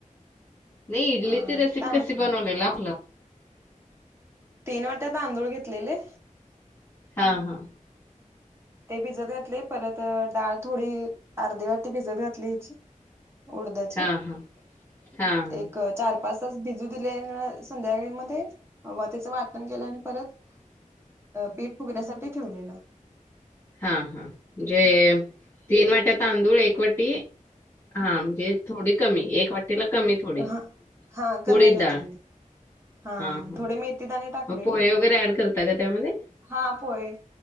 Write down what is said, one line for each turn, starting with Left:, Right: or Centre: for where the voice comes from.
Left: ती इडली
Right: हा
Left: ची रेसिपी
Right: ता
Left: काशी बनवलेला म्हटल ला?
Right: तीन वाट्या तांदूळ घेतलेले.
Left: हा हा.
Right: ते भिजत घातले परत डाळ थोडी अर्धी वाटी भिजत घातली हची. उडदाची
Left: हां, हां. हां, हां.
Right: एक. चार पाच तास भिजू दिले आणि संध्याकाळी मध्ये व त्याचं वाटण केलं आणि परत. पीठ फुगण्यासाठी ठेवलेलं.
Left: हा हां म्हणजे तीन वाट्या तांदूळ एक वाटी हा म्हणजे. थोडी कमी एक वाटीला कमी थोडी
Right: हा हा कमी
Left: उडी
Right: घातलेली
Left: डाळ.
Right: हा
Left: हां, हां.
Right: थोडे मेथी दाणे टाकायचे. टाकलेले
Left: मग पोहे वगैरे ॲड करता का त्यामध्ये?
Right: हा पोहे